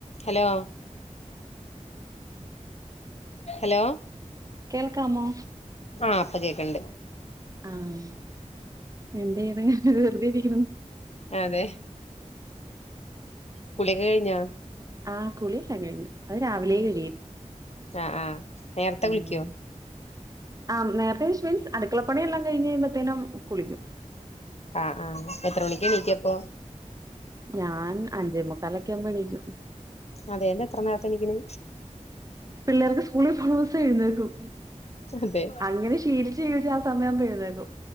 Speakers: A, on the left; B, on the right.
A: ഹലോ ഹലോ
B: കേൾക്കാമോ?
A: ആഹ് ഇപ്പ കേക്കൺണ്ട്
B: ആഹ് എന്തയ്യ്ണ് വെറുതെ ഇരിക്കുണു
A: അതെ കുളിയൊക്കെ കഴിഞ്ഞോ?
B: ആഹ് കുളി കഴിഞ്ഞു അത് രാവിലെ കഴി
A: ആഹ് ആഹ് നേരത്തെ
B: ഉം
A: വിളിക്ക്‌യോ?
B: ആഹ് നേരത്തെ വിശ് മീൻസ് അടുക്കളപ്പണിയെല്ലാം കഴിഞഴിയുമ്പഴത്തേനും കുളിക്കും
A: ആഹ് ആഹ് എത്ര മണിക്കെണീക്കപ്പോ?
B: ഞാൻ അഞ്ചേ മുക്കാലൊക്കെ യാകുമ്പോയെണിക്കും
A: അതെന്താ എത്ര നേരത്തെണിക്കണ്
B: പിള്ളേർക്ക് സ്കൂളിൽ പോണോസം എഴുന്നേൽക്കും
A: അതെ
B: അങ്ങനെ ശീലിച്ചു ശീലിച്ചു അ സമയാവുമ്പയുന്നേക്കും